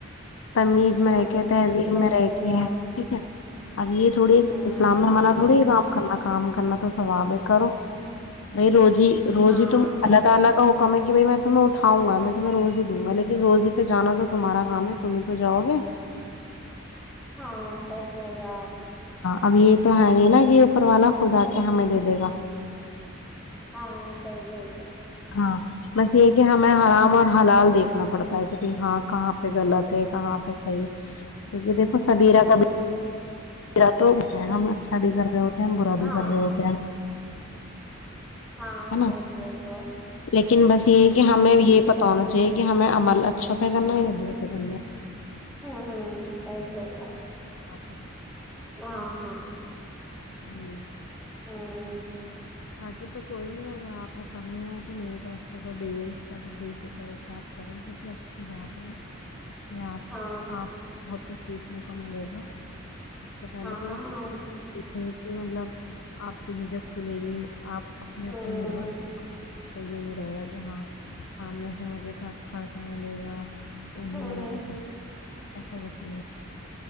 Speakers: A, on the left; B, in the centre.
A: تمیز
B: ہوں
A: میں رہ کے تذی
B: صحیح
A: میں رہے
B: کہہ
A: گئی
B: ہو
A: ہیں
B: آپ
A: ٹھیک ہے <unintelligible> اب یہ تھوڑی
B: ہوں
A: اسلام
B: ہوں
A: میں ہمانا
B: ہوں
A: تھوڑی کام کرنا کام کرنا تو سواب ہے کرو بائی روز
B: ہاں
A: <unintelligible> م میں کہ بھائی میں تمہیں اٹھاؤںا میں تمہیں رز ہی دوں گا لیکن روزی پہ جانا تو تمہارا کام ہے تمہ ہی تواؤ گے <unintelligible>
B: ہاں سر کہری آپ
A: ابھی <unintelligible> تو ہے نہیں نہا کہ اوپر والا خودا <unintelligible> کہ ہمیں دے دے گا <unintelligible>
B: ہاں سی بھیل
A: ہاں بس یہ کہ ہمیں آرام اور حلال دیکھنا پڑتا ہے کہ بائی ہاں کہاں پہ غلط ہے کہاں پہ صحیح کیونکہ دیکھو
B: ہوں
A: سبیرا کب میرا تو ہوتا ہے ہم اچھا بھی کر رہے ہوتے برا بھی
B: ہاں
A: کر رہے ہوتے ہیں
B: ہاں
A: نا
B: صحیح کہہ رہی ہو
A: لیکن بس یہ
B: ہوں
A: کہ ہمیں یہ پتا تو ہونا چاہیے کہ ہمیں عمل اچھوں پہ کرنا ہے یا بروں پہ کرنا ہے
B: ہاں ہاں سچلہا
A: آاںپ
B: ہاں ہاں
A: ہوں
B: ہاں
A: باقی تو کوئی نہیں اگر آپ کو کرنی ہو تو میری طرف سے تو بے شک بے فکر ہو سے آپ کریں کیونکہ اچھی بات ہے ج سے آپ
B: ہاں
A: آپ بہت کچھ سیکھنے کو ملے گا سب سے پہلے
B: ہاں
A: تو یہ ہے کہ مطلب آپ کی جھجک کھلے گی آپ اپنے
B: ہوں
A: اوپر نربھر کو یہ نہیں رہے گا کہ ہاں سامنے سے مجھے خرچہ ملے گا تو نہیں
B: ہوں
A: میرا کو ایشا بشے